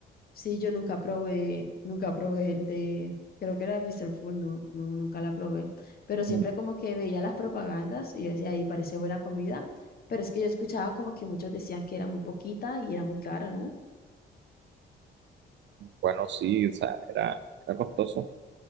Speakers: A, on the left; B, on the right.
A: sí, yo nunca probé, nunca probé el de, creo que era de Mr. Full, no, no, nunca la probé, pero siempre
B: mm,
A: como que veía las propagandas y yo decía, ahí parece buena comida, pero es que yo escuchaba como que muchos decían que era muy poquita y era muy cara, ¿no?
B: bueno, sí, o sea, era, era costoso,